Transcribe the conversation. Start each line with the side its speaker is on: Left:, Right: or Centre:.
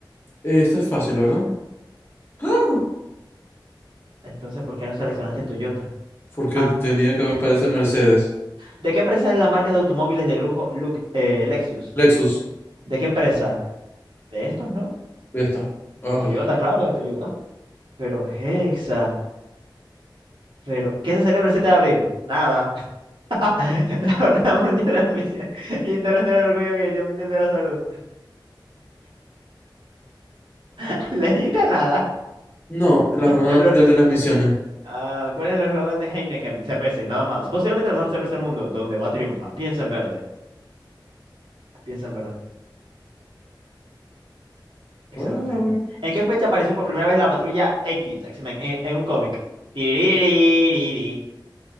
Left: eh, esto es fácil, la verdad. ¡Ah!
Right: Entonces, ¿por qué no seleccionaste Toyota?
Left: Porque
Right: Ah,
Left: tenía que aparecer Mercedes.
Right: ¿de qué empresa es la marca de automóviles de lujo Lux- eh, Lexus?
Left: Lexus,
Right: ¿De qué empresa? De estos, ¿no?
Left: de esta. Ah.
Right: De Toyota, claro, de Toyota. Pero Hexa. Pero, ¿qué se celebra el 7 de abril? Nada. <laughs> La Jornada Mundial de la Misión y Internacional del Orgullo Gay, el Día Mundial de la Salud. <laughs> Le edita nada.
Left: No, la Jornada
Right: El
Left: Mundial
Right: or-
Left: de las Misiones.
Right: Ah, ¿cuál es el eslogan de Heineken? Cerveza y nada más. Posiblemente la mejor cerveza del mundo. Donde va triunfa. Piensa en verde. Piensa en verde. Excelente.
Left: Ah, bien.
Right: ¿En qué fecha apareció por primera vez la Patrulla X, X-Men, en, en un cómic? Tiririririri.